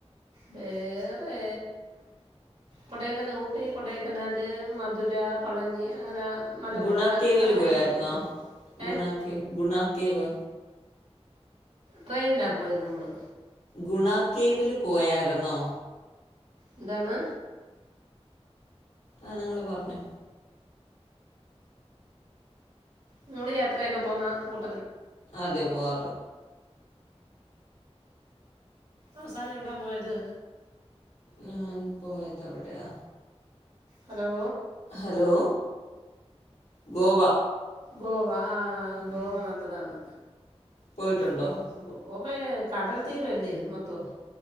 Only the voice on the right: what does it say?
വേറെ കൊടക്കന ഊട്ടി, കൊടക്കനാല്, മധുര, പളനി അങ്ങനെ മലമ്പുഴ
അങ്ങനെയൊക്കെ
പോയിട്ടുണ്ട് ഏ
ട്രെയിനിലാ പോയത് നമ്മള്
എന്താണ്
നിങ്ങള് യാത്രയൊക്കെ പോന്ന കൂ
അവസാനം എവിടാ പോയത്
ഹലോ
ഗോവ ആ
ഗോവ നല്ലതാണ്
ഉം ഗോ ഗോവേ കടൽത്തീരം അല്ലേ മൊത്തം